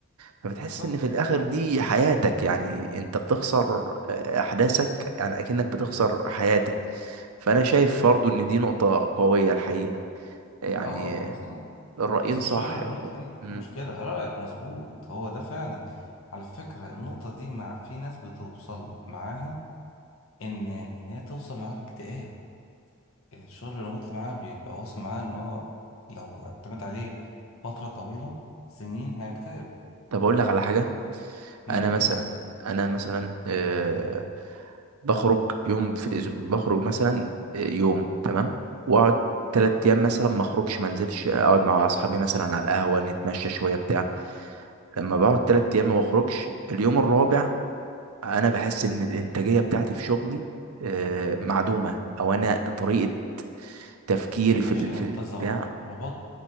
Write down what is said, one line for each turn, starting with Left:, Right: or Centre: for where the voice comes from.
Right: فبتحس
Left: بالظبط
Right: ان في الاخر دي حياتك يعني انت بتخسر آه، احداثك يعني اكنك بتخسر حياتك فانا شايف برضو ان دي نقطه قويه الحقيقه يعني
Left: اه خصوصاً
Right: الرايين
Left: الشغل
Right: صح
Left: الريموتلي
Right: يا طب. مم.
Left: في مشكلة رأيك مظبوط هو ده فعلا على فكرة النقطة دي مع في ناس بتوصل معاها ان ان هي توصل معاها باكتئاب الشغل الريموتلي معاها بيبقى واصل معاها ان هو لو اعتمد عليه فترة طويلة سنين هيكتئب
Right: طب اقول لك على حاجه
Left: م-
Right: انا
Left: م،
Right: مثلا
Left: قول
Right: انا مثلا آه، بخرج يوم في الاسبوع بخرج مثلا آه، يوم تمام واقعد تلات ايام مثلا ما اخرجش ما انزلش اقعد مع اصحابي مثلا على القهوه نتمشى شويه بتاع لما بقعد تلات ايام ما بخرجش اليوم الرابع انا بحس ان الانتاجيه بتاعتي في شغلي آه، معدومه او انا طريقه تفكيري في
Left: عشان
Right: ال-
Left: انت
Right: في البتاع
Left: ظ- ربطت